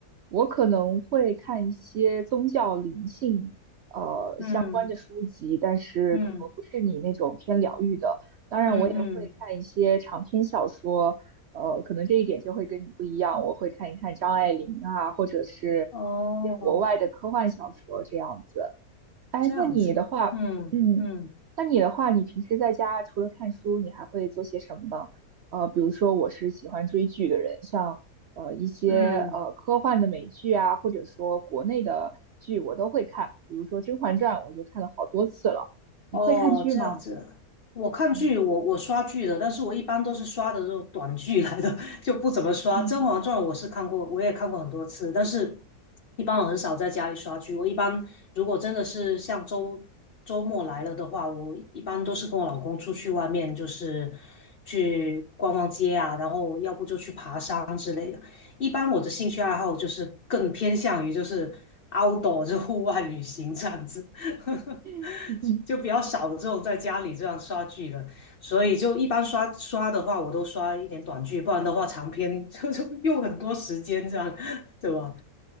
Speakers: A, on the right; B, on the left.
A: 我可能会看一些宗教灵性呃相关的书籍，
B: 嗯
A: 但是可能不是你那种偏疗愈的。
B: 嗯。
A: 当然，
B: 嗯嗯，
A: 我也会看一些长篇小说，呃，可能这一点就会跟你不一样。我会看一看张爱玲啊，或者是一些国外的科幻小说这样子。
B: 哦，
A: 哎，
B: 这样子啊嗯嗯
A: 那你的话，嗯，那你的话，你平时在家除了看书，你还会做些什么呢？呃，比如说我是喜欢追剧的人，像呃一些呃科幻的美剧啊，
B: 嗯，
A: 或者说国内的剧，我都会看。比如说《甄嬛传》，我就看了好多次了。你会看剧吗？
B: 哦，这样子。我看剧，
A: 嗯
B: 我我刷剧的，但是我一般都是刷的这种短剧来的，<laughs> 就不怎么刷。
A: 嗯
B: 《甄嬛传》我是看过，我也看过很多次，但是一般我很少在家里刷剧。我一般如果真的是像周周末来了的话，我一般都是跟我老公出去外面，就是去逛逛街啊，然后要不就去爬山之类的。一般我的兴趣爱好就是更偏向于就是 outdoor，就户外旅行这样子。<laughs> <laughs>
A: <laughs>，
B: 就比较少的这种在家里这样刷剧的，所以就一般刷刷的话，我都刷一点短剧，不然的话长篇就就用很多时间这样，对吧？